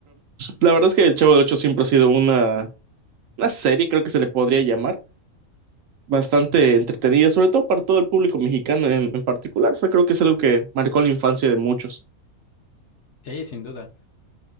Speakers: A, on the right (about 65°); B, on the left (about 55°).
A: La verdad es que El Chavo del Ocho siempre ha sido una, una serie, creo que se le podría llamar, bastante entretenida, sobre todo para todo el público mexicano en, en particular. O sea, creo que es algo que marcó la infancia de muchos.
B: Sí, sin duda.